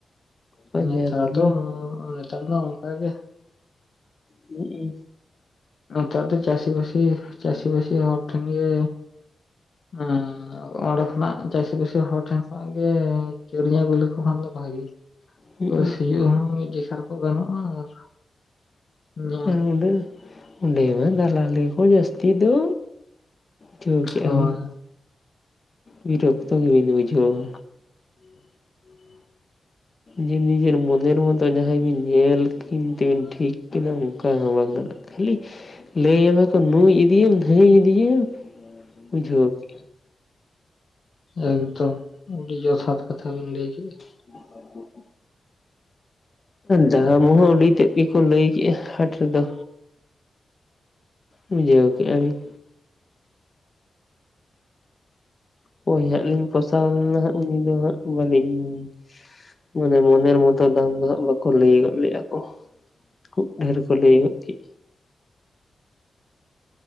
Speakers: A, on the left (about 40°); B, on the left (about 60°).
A: ᱯᱟᱸᱡᱟ
B: ᱱᱮᱛᱟᱨ
A: ᱫᱟᱞᱤᱧ
B: ᱫᱚ ᱱᱮᱛᱟᱨ ᱫᱚ ᱚᱱᱠᱟ ᱜᱮ᱾
A: ᱦᱩᱸᱜ-ᱩᱸ᱾
B: ᱱᱮᱛᱟᱨ ᱫᱚ ᱪᱟᱥᱤᱰᱟᱤ ᱪᱟᱹᱥᱤ ᱵᱟᱥᱤ ᱦᱚᱲᱚᱨ ᱴᱷᱮᱱ ᱜᱮ᱾ ᱚ᱾ ᱟᱫᱚ ᱚᱸᱰᱮ ᱠᱷᱚᱱᱟᱜ ᱪᱟᱹᱥᱤᱵᱟᱹᱥᱤ ᱦᱚᱲ ᱴᱷᱮᱱ ᱠᱷᱚᱱᱟᱜ ᱜᱮ ᱠᱤᱨᱤᱧ ᱟᱜᱩ ᱞᱮᱠᱚᱠᱷᱟᱱ ᱫᱚ ᱵᱷᱟᱜᱤ᱾
A: ᱦᱩᱸᱜᱼᱩ
B: ᱥᱤᱭᱳᱜ ᱦᱚᱸ ᱢᱤᱫ ᱡᱟᱠᱷᱟᱨ ᱠᱚ ᱜᱟᱱᱚᱜᱼᱟ ᱟᱨ ᱧᱟᱢ
A: ᱟᱨ ᱚᱸᱰᱮ ᱚᱸᱰᱮ ᱢᱟ ᱫᱞᱟᱞ ᱠᱚ ᱡᱟᱹᱥᱛᱤ ᱫᱚ᱾ ᱵᱩᱡᱟᱹᱣ ᱠᱮᱜ-ᱟ
B: ᱦᱳᱭ
A: ᱵᱤᱱ ᱵᱤᱨᱚᱠᱛᱚ ᱜᱮ ᱵᱤᱱ ᱵᱩᱡᱟᱹᱣᱟ᱾
B: <inaudible>
A: ᱡᱮ ᱱᱤᱡᱮᱨ ᱢᱚᱱᱮᱨ ᱢᱚᱛᱚ ᱡᱟᱦᱟᱸᱭ ᱵᱤᱱ ᱧᱮᱞ ᱦᱤᱱ ᱛᱮᱵᱤᱱ ᱴᱷᱤᱠ ᱠᱤᱱᱟ ᱚᱝᱠᱟ ᱦᱚᱸ ᱵᱟᱝ ᱜᱟᱱᱚᱜᱼᱟ ᱠᱷᱟᱹᱞᱤ ᱞᱟᱹᱭᱟᱢᱟ ᱠᱚ ᱱᱩᱭ ᱤᱫᱤᱭᱮᱢ ᱫᱷᱟᱹᱭ ᱤᱫᱤᱭᱮᱢ ᱵᱩᱡᱷᱟᱹᱣ ᱠᱮᱜᱼᱟ
B: ᱮᱠᱫᱚᱢ ᱩᱰᱤ ᱡᱚᱛᱷᱟᱛ ᱠᱟᱛᱷᱟ ᱵᱤᱱ ᱞᱟᱹᱭ ᱠᱮᱜᱼᱟ᱾
A: <inaudible> ᱫᱟᱢ ᱦᱚᱸ ᱟᱹᱰᱤ ᱛᱮᱫ ᱜᱮᱠᱚ ᱞᱟᱹᱭ ᱠᱮᱜᱼᱟ ᱦᱟᱴ ᱨᱮᱫᱚ᱾ ᱵᱩᱡᱷᱟᱣ ᱠᱮᱜ-ᱟ ᱵᱤᱱ᱾ ᱦᱳᱭ ᱦᱟᱸᱜ ᱞᱤᱧ <inaudible> ᱦᱟᱸᱜ ᱩᱱ ᱫᱚ ᱦᱟᱸᱜ ᱵᱟᱹᱞᱤᱧ ᱢᱟᱱᱮ ᱢᱚᱱᱮᱨ ᱢᱚᱛᱚ ᱫᱟᱢ ᱫᱚ ᱦᱟᱸᱜ ᱵᱟᱠᱚ ᱞᱟᱹᱭ ᱜᱚᱫ ᱞᱮᱼᱟ ᱠᱚ᱾ ᱠᱷᱩᱵ ᱰᱷᱮᱨ ᱠᱚ ᱞᱟᱹᱭ ᱜᱚᱫ ᱠᱮᱜ᱾